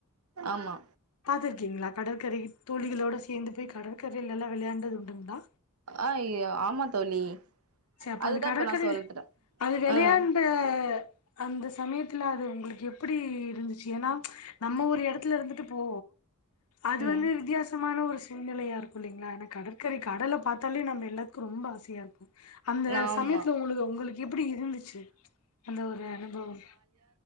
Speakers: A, on the right; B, on the left.
A: ஆமா
B: பாத்தருக்கீங்களா கடற்கரை தோழிகளோடு சேந்து போய் கடற்கரை <unintelligible> விளையாண்டது உண்டுங்களா
A: ஆய ஆமா தோழி
B: ச அப்ப
A: அதுதா
B: அந்த கடற்கரையில
A: இப்ப நா சொல்றே
B: அது வெளையாண்ட
A: ம்
B: அந்தஸ் சமயத்துல அது உங்களுக்கு எப்டி இருந்துச்சு ஏன்னா ம்ச் நம்ம ஒரு இடத்துல இருந்துட்டுப் போ அது
A: ம்
B: வந்து வித்தியாசமான ஒரு ஸ் சூழ்நிலையாருக்கு இல்லைங்களா ஏன்னா கடற்கரை கடல பாத்தாலே நம்ம எல்லாத்துக்கு ரொம்ப ஆசையா இருக்கு அந்த
A: ஆமா
B: சமயத்துல உங்களுக்கு உங்களுக்கு எப்டி இருந்துச்சு அந்த ஒரு அனுபவம்